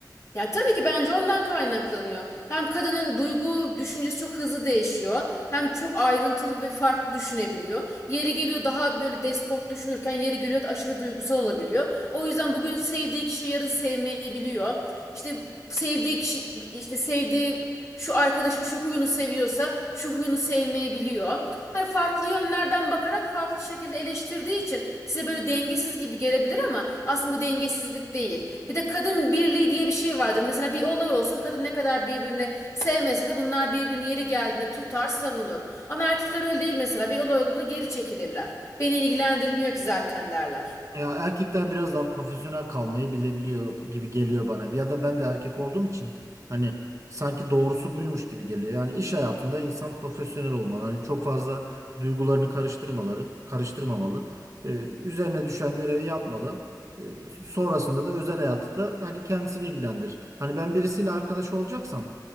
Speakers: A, on the left; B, on the right.
A: Ya tabii ki bence ondan kaynaklanıyor. Hem kadının duygu düşüncesi çok hızlı değişiyor. Hem çok ayrıntılı ve farklı düşünebiliyor. Yeri geliyor daha böyle despot düşünürken yeri geliyor aşırı duygusal olabiliyor. O yüzden bugün sevdiği kişiyi yarın sevmeyebiliyor. İşte sevdiği kişi işte sevdiği şu arkadaşın şu huyunu seviyorsa şu huyunu sevmiyor sevmeyebiliyor. Hani farklı yönlerden bakarak farklı şekilde eleştirdiği için size böyle dengesiz gibi gelebilir ama aslında bu dengesizlik değil. Bir de kadın birliği diye bir şey vardır. Mesela bir olay olsun kadın ne kadar birbirini sevmese de bunlar birbirini yeri geldiğinde tutar, savunur. Ama erkekler öyle değil mesela. Bir olay olduğunda geri çekilirler. Beni ilgilendirmiyor ki zaten derler.
B: Ya erkekler biraz daha profesyonel kalmayı bilebiliyor gibi geliyor bana. Ya da ben de erkek olduğum için hani sanki doğrusu buymuş gibi geliyor. Yani iş hayatında insan profesyonel olmalı. Hani çok fazla duygularını karıştırmaları, karıştırmamalı. Ee, üzerine düşen görevi yapmalı. Ee, sonrasında da özel hayatı da hani kendisini ilgilendirir. Hani ben birisiyle arkadaş olacaksam